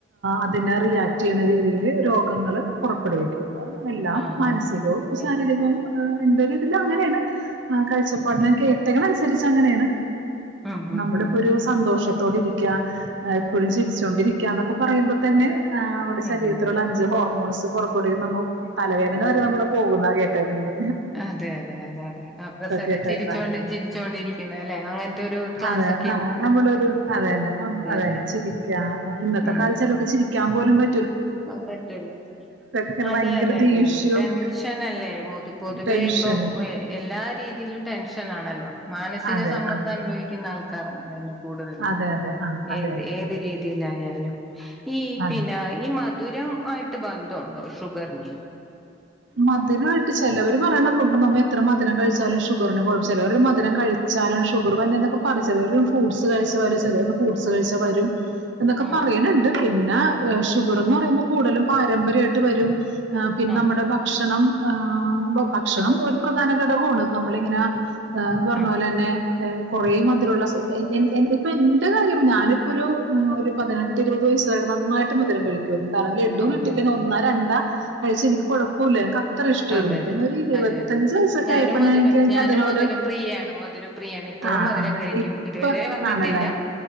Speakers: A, on the right; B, in the centre.
A: അതിനെ റിയാക്റ്റ് ചെയ്യണ രീതിൽ രോഗങ്ങള് കുറ ടുവിക്കും എല്ലാം
B: ആഹ്
A: മാനസികവും
B: ആഹ് ആഹ്
A: ശാരീരികവും ആ എന്റൊരു ഇതില് അങ്ങനെയാണ് ആ കാഴചപ്പാടിനെ കേട്ടക്കണ് തിരിച്ച് അങ്ങനെയാണ്
B: മ്ഹ് മ്ഹ്
A: നമ്മളിപ്പോ
B: മ്ഹ്
A: ഒരു സന്തോഷത്തോടെ ഇരിക്ക എപ്പോഴും ചിരിച്ചോണ്ടിരിക്ക എന്നൊക്കെ പറയുമ്പോ തന്നെ ആ മ്മടെ
B: അതെ
A: ശരീരത്തിലുള്ള
B: അതെ
A: അഞ്ച് ഹോർമോൺസ് ഇത് പൊറപ്പെടുവിക്കുമ്പം തലവേദന വരെ നമ്മടെ പോവുന്ന കേട്ടേക്കുന്നത്.
B: അതെ അതെ അതെ അതെ ആ പ്രസന്ന
A: കേട്ടേക്കണ
B: ചിരിച്ചോണ്ട്
A: അങ്ങനെ
B: ചിരിച്ചോണ്ടിരിക്കുന്ന അല്ലെ അങ്ങനത്തെ ഒരു ക്ലാസക്
A: അതെ ആ നമ്മളൊരു അതെന്നെ അതെന്നെ
B: അതെ
A: ചിരിക്ക ഇന്നത്തെ
B: ഉം
A: കാലത്തു <unintelligible> ക്കാൻ പോലും പ
B: പറ്റൂല.
A: ഇങ്ങനെ
B: അതെ
A: ഭയങ്കര
B: അതെ
A: ദേഷ്യവും
B: അതെ അതെ ടെൻഷനല്ലേ പൊതുവേ
A: ടെൻഷനും
B: ഇപ്പൊ എല്ലാ രീതിയിലും ടെൻഷനാണല്ലോ. മാനസിക
A: അതെ
B: സമ്മർദ്ദം
A: ആ
B: അനുഭവിക്കുന്ന ആൾ കറങ്ങല്ലല്ലോ കൂടുതല്
A: അതെ അതെ ആ അതെ
B: ഏത്
A: അതെ
B: ഏത്
A: അതെ
B: രീതിയിലായാലും ഈ
A: അതെ
B: പിന്നെ മധുരം ആയിട്ട് ബന്ധണ്ടോ ഷുഗറിന്?
A: മധുരമായിട്ട് ചിലവർ പറയണ നമ്മ എത്ര മധുരം കഴിച്ചാലും ഷുഗറിന് കുഴപ്പും ചിലവർ മധുരം കഴിച്ചാലും ഷുഗർ വരുമെന്നൊക്കെ പറു ചിലവര ഫ്രൂട്ട്സ് കഴിച്ചും ചിലർ ഫ്രൂട്ട്സ് കഴിച്ചാ വരും എന്നൊക്കെ
B: ആഹ്
A: പറയണണ്ട്. പിന്നെ ഷുഗർന്ന് പറയുമ്പോൾ കൂടുതലും പാരമ്പര്യമായിട്ട് വരും. ആ പിന്നെ
B: ആഹ്
A: നമ്മുടെ ഭക്ഷണം <unintelligible> ഭക്ഷണം ഒരു പ്രധാന ഘടകമാണ്. നമ്മളിങ്ങനെത് പറഞ്ഞ
B: ആഹ്
A: പോലെ തന്നെ കുറേ മധുരമുള്ള <inaudible> ഇപ്പൊ എന്റെ കാര്യം ഞാനിപ്പൊ ഒരു ഒരു പതിനെട്ട് ഇരുപത് വയസ്സായിട്ട നന്നായിട്ട് മധുരം കഴിക്കും. കാരണ ലഡു
B: ആഹ്
A: കിട്ടിക്ക
B: ആഹ് ആഹ്
A: ഒന്നാ രണ്ടാ കഴിച്ചെനിക്ക് കൊഴപ്പ പോലനക്ക <unintelligible> അത്ര ഇഷ്ടമായിരുന്നു.
B: അതെ അതെ
A: പിന്നെ ഒരു ഇരുപത്തഞ്ച
B: അതെ അതെ
A: വയസൊക്കെ
B: ഞാനും
A: ആയപ്പോ
B: മധുര
A: ഞാൻ നിക്ക് എനിക്ക്
B: ഞാനും
A: അതിനോട്
B: മധുരപ്രിയയാണ് മധുരപ്രിയയാണ് ഇപ്പോഴും
A: ആ
B: മധുരം
A: ആ
B: കഴിക്കും
A: ഇപ്പ
B: ഇതുവരെ വന്നിട്ടില്ല
A: ആണല്ലേ